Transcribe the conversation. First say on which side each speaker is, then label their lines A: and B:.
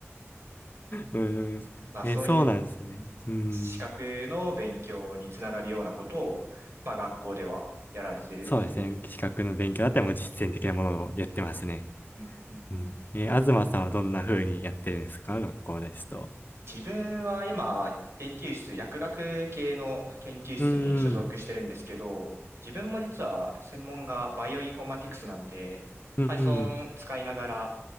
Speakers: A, on the left (about 40°); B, on the right (about 60°).
A: うん。
B: まあそういう、
A: え、そうなんですね。
B: うん、
A: うん。
B: 資格の勉強につながるようなことを、まあ学校ではやられてるっていう。
A: そうですね。資格の勉強だったらもう実践的なものをやってますね。
B: うんうんうん。
A: うん。えー、東さんはどんな風にやってるんですか学校ですと。
B: 自分は今、研究室、薬学系の研究室に所属してるんですけど、
A: うん。
B: 自分も実は専門がバイオインフォーマティクスなんで、
A: うん。
B: Python 使いながら、